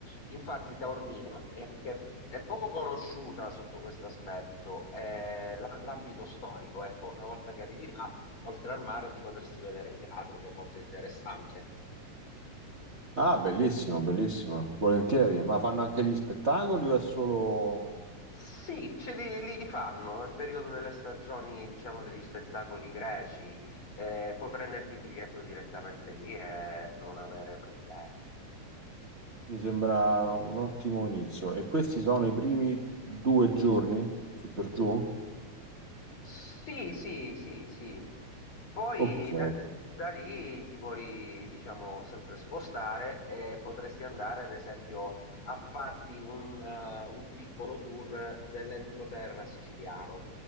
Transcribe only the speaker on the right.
Ah, bellissimo, bellissimo, volentieri. Ma fanno anche gli spettacoli o è solo,
mi sembra, un ottimo inizio? E questi sono i primi due giorni, su per giù?
Ok.